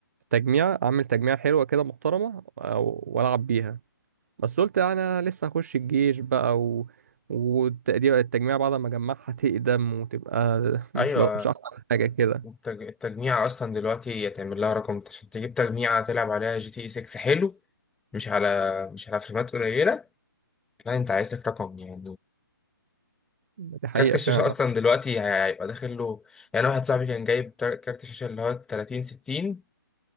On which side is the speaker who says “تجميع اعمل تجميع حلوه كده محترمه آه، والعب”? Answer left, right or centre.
Right